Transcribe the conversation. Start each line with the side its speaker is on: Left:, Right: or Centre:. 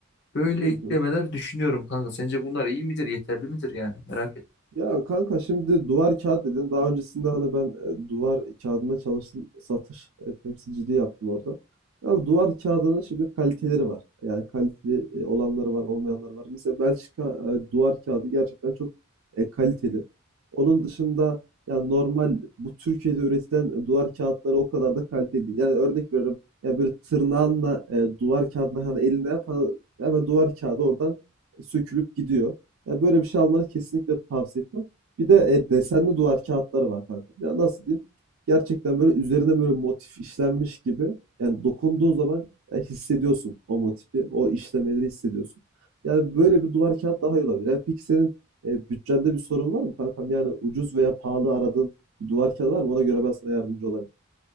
Left: Böyle
Right: Hı
Left: eklemeler
Right: hı.
Left: düşünüyorum kanka. Sence bunlar iyi midir, yeterli midir yani? Merak ettim.
Right: Ya kanka şimdi duvar kağıt dedin. Daha öncesinde hani ben e, duvar kağıdına çalıştım. Satış e, temsilciliği yaptım orada. Ama duvar kağıdının şimdi kaliteleri var. Yani kaliteli e, olanları var, olmayanları var. Mesela Belçika e, duvar kağıdı gerçekten çok e, kaliteli. Onun dışında yani normal bu Türkiye'de üretilen duvar kağıtları o kadar da kaliteli değil. Yani örnek veriyorum. Yani böyle tırnağınla e, duvar kağıdına hani eline yap hani hemen duvar kağıdı oradan e, sökülüp gidiyor. Ya böyle bir şey almanı kesinlikle tavsiye etmem. Bir de e, desenli duvar kağıtları var kanka. Ya nasıl diyeyim? Gerçekten böyle üzerine böyle motif işlenmiş gibi. Yani dokunduğun zaman ya hissediyorsun o motifi, o işlemeleri hissediyorsun. Yani böyle bir duvar kağıt daha iyi olabilir. Yani peki senin e, bütçende bir sorun var mı kankam? Yani ucuz veya pahalı aradığın bir duvar kağıdı var mı? Ona göre ben sana yardımcı olayım.